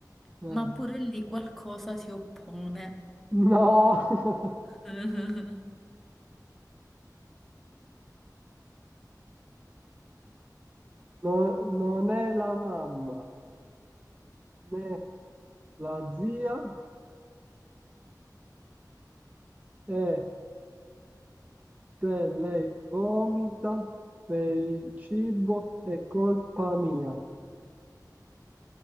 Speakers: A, on the right; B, in the centre.
A: Eh,
B: ma pure lì qualcosa si oppone.
A: No, <laughs>
B: <laughs>
A: no, non è la mamma, né la zia, e se lei vomita per il cibo è colpa mia.